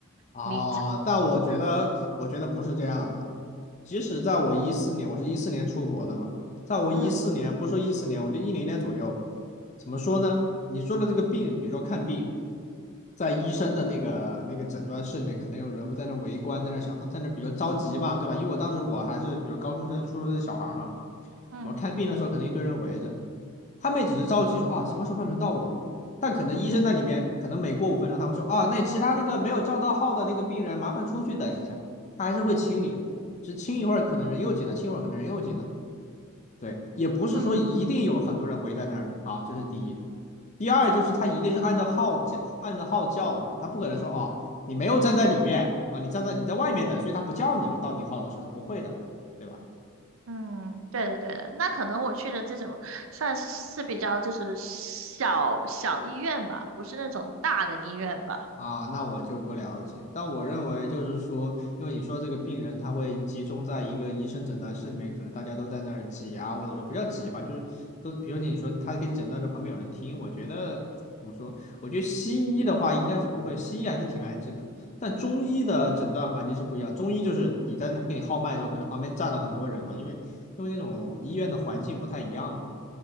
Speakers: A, on the left (about 35°); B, on the right (about 70°).
A: 哦，
B: 你才
A: 但我觉得，我觉得不是这样的。即使在我一四年，我是一四年出国的嘛，在我一四年，
B: 嗯
A: 不说一四年，我就一零年左右，怎么说呢？你说的这个病，比如说看病，在医生的那个那个诊断室里面，可能有人在那围观，在那想，啊在那比如着急嘛，对吧？因为我当时我还是比如高中生、初中生小孩嘛，
B: 嗯。
A: 我看病的时候，可能一堆人围着。他们也只是着急说啊，什么时候快轮到我但可能医生在里面，可能每过五分钟，他会说啊，那其他那个没有叫到号的那个病人，麻烦出去等一下，他还是会清理只清一会儿，可能人又进来，清一会儿可能人又进来。对，也不是说一定有很多人围在那儿的。
B: 嗯，
A: 好，这是第一。第二就是他一定是按照号叫，按照号叫的嘛，他不可能说哦，你没有站在里面啊，你站在你在外面等，所以他不叫你了，到你号的时候不会的，对吧？
B: 嗯，对的对的，那可能我去的这种算是是比较就是小小医院吧，不是那种大的医院吧。
A: 啊，那我就不了解。但我认为就是说，因为你说这个病人他会集中在一个医生诊断室里面，可能大家都在那儿挤啊，或者说不叫挤吧，就是都，比如你说他给你诊断的时候旁边有人听，我觉得怎么说？我觉得西医的话应该是不会，西医还是挺安静的。但中医的诊断环境是不一样，中医就是你在那给你号脉的时候，可能旁边站了很多人嘛，因为因为那种医院的环境不太一样嘛。